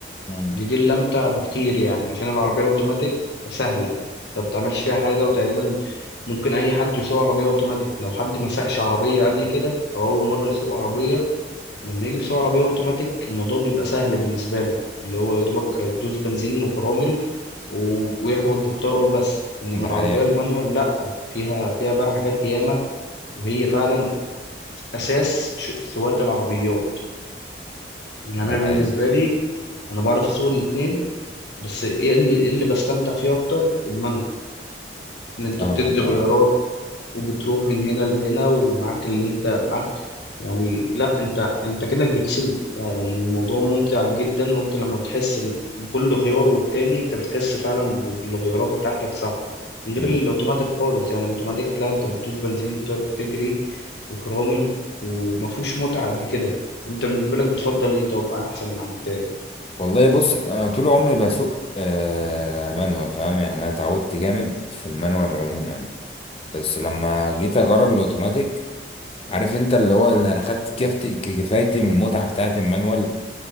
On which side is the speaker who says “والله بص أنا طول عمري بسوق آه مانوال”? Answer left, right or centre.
Left